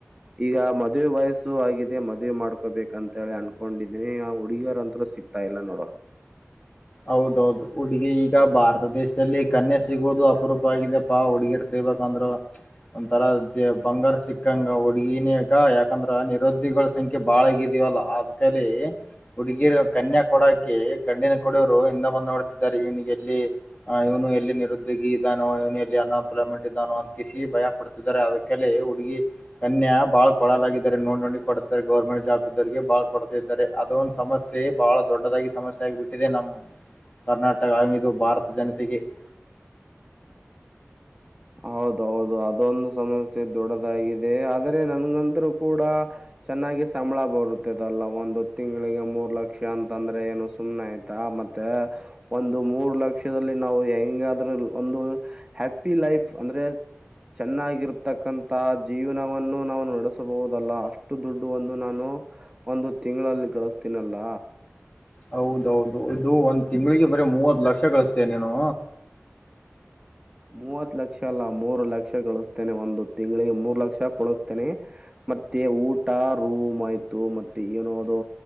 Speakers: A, on the right; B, on the left.
A: ಈಗ ಮದ್ವೇ ವಯಸ್ಸು ಆಗಿದೆ ಮದ್ವೆ ಮಾಡ್ಕೋಬೇಕಂತ ಹೇಳಿ ಅನ್ಕೊಂಡಿದೀನಿ ಹುಡಿಗಿಯೋರಂತ್ರ ಸಿಗ್ತಾ ಇಲ್ಲ ನೋಡೋ.
B: ಹೌದೌದು ಹುಡುಗಿ ಈಗ ಭಾರತ ದೇಶದಲ್ಲಿ ಕನ್ಯೆ ಸಿಗೋದು ಅಪರೂಪ ಆಗಿದೆಪ್ಪಾ ಹುಡುಗೀರ್ ಸಿಬೇಕಂದ್ರ ಒಂಥರ ದ ಬಂಗಾರ ಸಿಕ್ಕಂಗ ಹುಡುಗಿನಿಗ ಯಾಕಂದ್ರ ನಿರೋದ್ಯೋಗಿಗಳ ಸಂಖ್ಯೆ ಬಾಳಗಿದೀವಲ್ಲ ಅದ್ಕಲ್ಲಿ ಹುಡುಗಿರ್ ಕನ್ಯೆ ಕೊಡಕಿ ಗಣ <unintelligible> ಇವನಿಗೆ ಎಲ್ಲಿ ಇವನು ಎಲ್ಲಿ ನಿರುದ್ಯೋಗಿ ಇದಾನೋ ಇವನು ಎಲ್ಲಿ ಅನ್ಎಂಪ್ಲಾಯ್ಮೆಂಟ್ ಇದಾನೋ ಅಂತ ಕಿಸಿ ಭಯ ಪಡ್ತಿದ್ದಾರೆ ಅದಕ್ಕಲ್ಲಿ ಹುಡುಗಿ ಕನ್ಯಾ ಬಹಳ ಕೊಡಲಾಗಿದ್ದಾರೆ ನೋಡ್ ನೋಡಿ ಕೊಡತಾರೆ ಗವರ್ಮೆಂಟ್ ಜಾಬ್ ಇದ್ದರಿಗೆ ಬಹಳ ಕೊಡ್ತಿದ್ದಾರೆ ಅದೊಂದು ಸಮಸ್ಯೆ ಬಹಳ ದೊಡ್ಡದಾಗಿ ಸಮಸ್ಯೆ ಆಗ್ಬಿಟ್ಟು ಇದೆ ನಮ್ಮ ಕರ್ನಾಟ್ <unintelligible> <unintelligible>
A: ಹೌದೌದು ಅದೊಂದು ಸಮಸ್ಯೆ ದೊಡ್ಡದಾಗಿದೆ ಆದ್ರೆ ನನ್ಗಂತರು ಕೂಡ ಚೆನ್ನಾಗಿ ಸಂಬಳ ಬರುತ್ತದಲ್ಲ ಒಂದು ತಿಂಗಳಿಗೆ ಮೂರ್ ಲಕ್ಷ ಅಂತಂದ್ರೆ ಏನು ಸುಮ್ನೆ ಆಯ್ತಾ ಮತ್ತೆ ಒಂದು ಮೂರ್ ಲಕ್ಷದ ನಾವು ಹೆಂಗಾದ್ರೂ ಒಂದು ಹ್ಯಾಪಿ ಲೈಫ್ ಅಂದ್ರೆ ಚೆನ್ನಾಗಿರ್ತಕ್ಕಂತ ಜೀವನವನ್ನು ನಾವು ನಡೆಸಬಹುದಲ್ಲ ಅಷ್ಟು ದುಡ್ಡು ಒಂದು ನಾನು ಒಂದು ತಿಂಗಳಲ್ಲಿ ಗಳಿಸತೀನಲ್ಲ.
B: ಹೌದೌದು ಇದು ಒಂದ್ ತಿಂಗಳಿಗೆ ಬರೀ ಮೂವತ್ ಲಕ್ಷ ಗಳಿಸ್ತೇ ನೀನು.
A: ಮೂವತ್ ಲಕ್ಷ ಅಲ್ಲ ಮೂರು ಲಕ್ಷ ಗಳಿಸ್ತೇನೆ ಒಂದು ತಿಂಗಳಿಗೆ ಮೂರು ಲಕ್ಷ ಕೊಡುಸ್ತೇನೆ ಮತ್ತೆ ಊಟ ರೂಮ್ ಆಯ್ತು ಮತ್ತೆ ಏನೋದು